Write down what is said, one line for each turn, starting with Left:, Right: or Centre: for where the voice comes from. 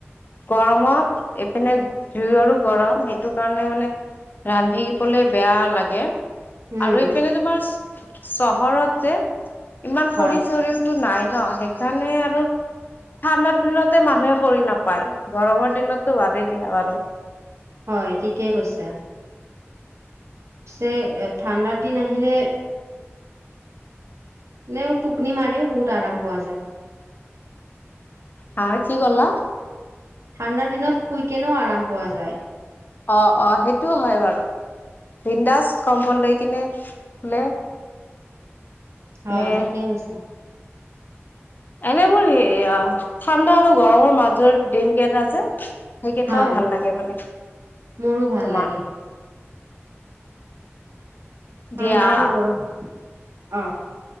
Left: গৰমত এইপিনে জুই আৰু গৰম, সেইটো কাৰণে মানে ৰান্ধিবলে বেয়া লাগে।
Right: উম
Left: আৰু এইপিনে তোমাৰ চহৰত যে ইমান খৰি
Right: হয়
Left: চৰিওতো নাই। ন, সেইকাৰণে আৰু ঠাণ্ডাৰ দিনতে মানুহে খৰি নাপায়, গৰমৰ দিনতো বাদেই দিয়া বাৰু।
Right: হয়, ঠিকেই কৈছা, পিছে ঠাণ্ডাৰ দিন আহিলে নেও টোপনি মাৰিও বহুত আৰাম পোৱা যায়।
Left: হা কি ক'লা?
Right: ঠাণ্ডাৰ দিনত শুই কেনেও আৰাম পোৱা যায়।
Left: অ', অ', সেইটো হয়, বাৰু, বিন্দাছ কম্বল লৈ কিনে শুলে
Right: হয়,
Left: নে
Right: ঠিকেই কৈছা।
Left: এনে মোৰ এইয়া ঠাণ্ডা আৰু গৰমৰ মাজৰ দিন কেইটা যে সেইকেইটাও
Right: হয়
Left: ভাল লাগে মানে,
Right: মোৰো ভাল
Left: তোমাৰ
Right: লাগে ঠাণ্ডা
Left: দিয়া
Right: আৰু গৰম অ'